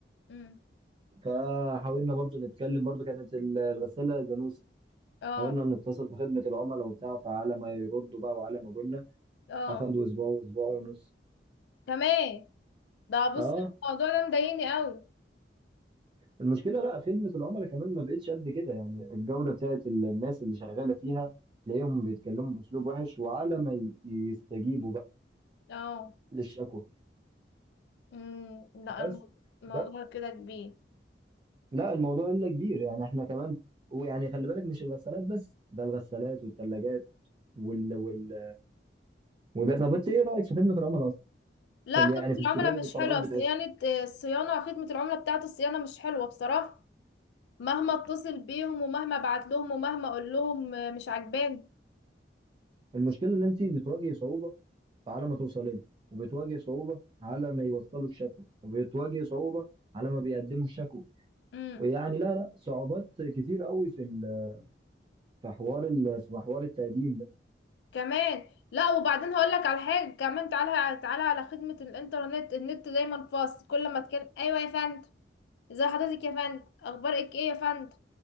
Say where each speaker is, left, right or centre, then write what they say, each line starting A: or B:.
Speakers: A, on the left (about 75°); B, on the right (about 30°).
A: امم
B: فحاولنا برضو نتكلم برضو كانت ال- الغسالة دانوسي
A: اه
B: حاولنا نتصل بخدمة العملاء وبتاع فعلى ما يردوا بقى وعلى ما قلنا
A: اه
B: اخدوا اسبوع واسبوع ونص
A: تمام ده بص
B: اه
A: الموضوع ده مضايقني قوي
B: المشكله لا خدمه العملاء كمان ما بقتش قد كده يعني الجوده بتاعت ال- الناس اللي شغاله فيها تلاقيهم بيتكلموا باسلوب وحش وعلى ما ي- يستجيبوا بقى
A: اه
B: للشكوى
A: امم لا
B: بس
A: المو- الموضوع
B: ده
A: كده كبير
B: لا الموضوع الا كبير يعني احنا كمان ويعني خلي بالك مش الغسالات بس ده الغسالات والثلاجات وال وال وده طب انت ايه رايك في خدمه العملاء اصلا
A: لا
B: في ال-
A: خدمة
B: يعني في
A: العملاء
B: استجابه
A: مش
B: الطلبات
A: حلوة
B: بتاعتهم
A: صيانة آه، الصيانة خدمة العملاء بتاعة الصيانة مش حلوة بصراحة مهما اتصل بيهم ومهما ابعت لهم ومهما اقول لهم آه، مش عجباني
B: المشكله ان انت بتواجهي صعوبه على ما توصل لنا وبتواجه صعوبة على ما يوصلوا الشكوى وبتواجه صعوبة على ما بيقدموا الشكوى
A: امم
B: ويعني لا لا صعوبات كتيرة قوي في ال- في حوار ال- في حوار التقديم ده
A: كمان لا وبعدين هقول لك على حاجة كمان تعالى تعالى على خدمة الانترنت النت دايما فاصل كل ما تكلم ايوه يا فندم ازي حضرتك يا فندم اخبارك ايه يا فندم